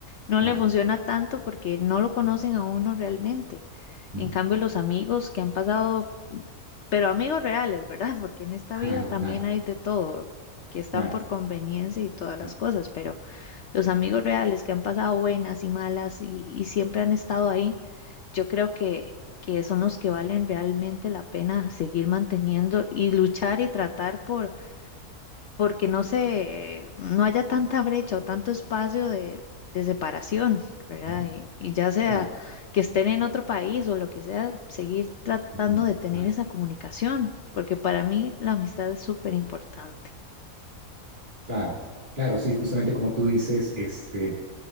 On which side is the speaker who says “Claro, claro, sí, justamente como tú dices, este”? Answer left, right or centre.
Right